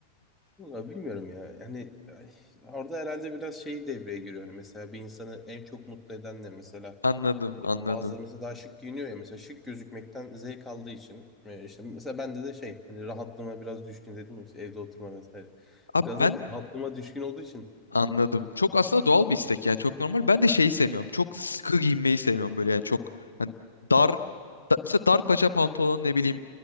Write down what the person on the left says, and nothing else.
<laughs> Anladım, anladım.
Abi
ben
Anladım. Çok aslında doğal bir istek yani çok normal. Ben de şeyi sevmiyorum. Çok sıkı giyinmeyi sevmiyorum böyle yani çok hani dar da, mesela dar paça pantolon ne bileyim